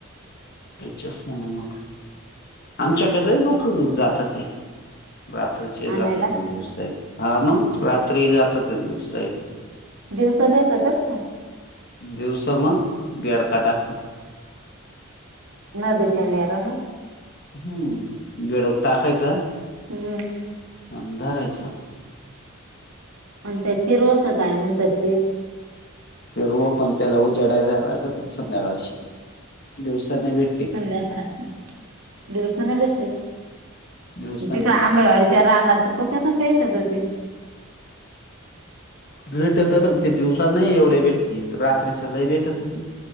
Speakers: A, on the left; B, on the right.
A: त्याच्याच मुळ मग. आमच्याकडलं लय लोकं जातात रात.
B: आणायला
A: दप दिवस आहे हा मग राात्री दपन दिवस आहे. <unintelligible>
B: दिवसात येतातच ना.?
A: दिवस मग बेडका टाकुन.
B: न दिसे मेराना.
A: हम्म बेडुक टाकायचां.
B: हम..
A: अन भरायचा.
B: अ ते फिरवचं काय म्हणतात ते?
A: रो पण त्याला उजेडायला लागत संध्याकाळशी दिवसाने भेट
B: संध्याकाळ दिवसा नय भेटते
A: दिवसाने
B: त काय आंबेवाडीच्या राहना त प कसा भेटत होती <unintelligible>
A: भेटत ते दिवसा नाही एवढ्या भेटती रात्री च लयी भेटत होती.